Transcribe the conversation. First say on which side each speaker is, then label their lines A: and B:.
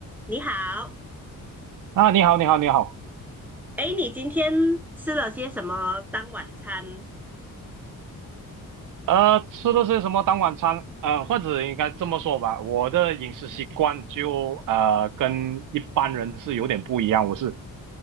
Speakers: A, in the centre; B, on the right.
A: 你好，
B: 啊，你好，你好，你好。
A: 哎，你今天吃了些什么当晚餐？
B: 呃，吃的是什么当晚餐？呃，或者应该这么说吧，我的饮食习惯就呃跟一般人是有点不一样。我是